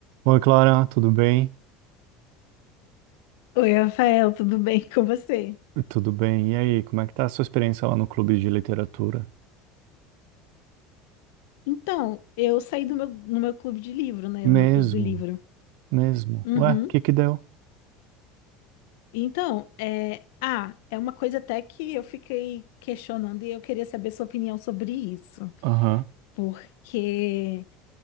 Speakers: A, on the right (about 70°); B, on the left (about 75°).
A: Oi, Clara, tudo bem?
B: Oi, Rafael, tudo bem <laughs> com você?
A: Tudo bem. E aí, como é que tá a sua experiência lá no clube de literatura?
B: Então, eu saí do meu, no meu clube de livro, né?
A: Mesmo,
B: No meu clube do livro.
A: mesmo.
B: Uhum.
A: Ué, o que que deu?
B: Então, é... Ah, é uma coisa até que eu fiquei questionando e eu queria saber sua opinião sobre isso.
A: Aham,
B: Porque